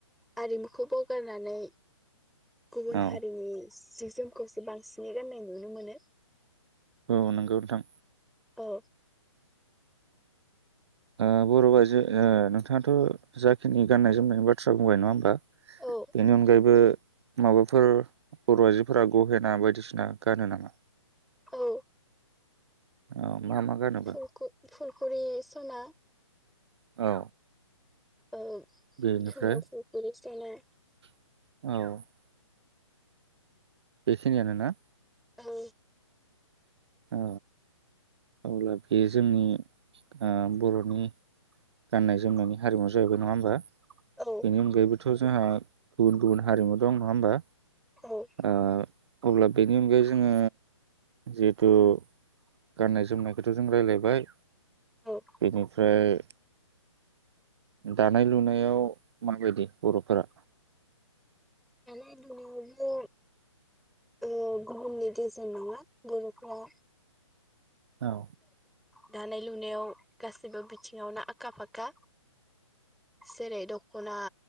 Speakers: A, in the centre; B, on the right.
A: आरिमुखौ बावगारनानै गुबुन
B: औ
A: हारिनि जि जोमखौसो बांसिन नि गाननाय नुनो मोनो
B: औ नोंगौ नोंथां
A: औ
B: अ बर' आयजो ओ नोंथाङाथ' जाखिनि गान्नाय जोमनायनि बाथ्रा बुंबाय नङा होमबा?
A: औ
B: बेनि अनगायैबो माबाफोर बर' आइजोफोरा गहेना बायदिसिना गानो नामा?
A: औ
B: औ मा मा गानोबा
A: फुलखु फुलखुरि सना।
B: औ
A: ओ
B: बेनिफ्राय
A: खोमायाव फुलखुरि सना।
B: औ बेखिनियानोना?
A: औ
B: औ अब्ला बे जोंनि ओ बर'नि गाननाय जोमनायनि हारिमु जाहैबाय नङा होमबा? बेनि
A: औ
B: अनगायैबो थ' जोंहा गुबुन गुबुन हारिमु दं नङा होमबा?
A: औ
B: ओ अब्ला बेनि अनगायै जोङो जि थु गाननाय जोमनायखौथ' जों रायलायबाय।
A: औ
B: बेनिफ्राय दानाय लुनायाव माबायदि बर'फोरा?
A: दानाय लुनायावबो ओ गुबुननि गेजेन नङा बर'फ्रा।
B: औ
A: दानाय लुनायाव गासैबो बिथिङावनो आखा फाखा। जरै दख'ना